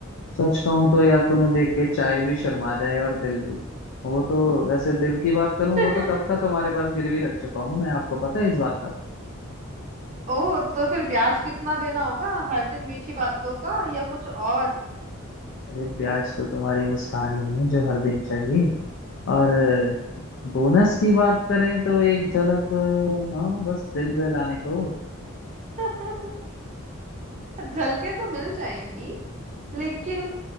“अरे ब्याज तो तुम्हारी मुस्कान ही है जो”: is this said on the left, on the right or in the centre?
Left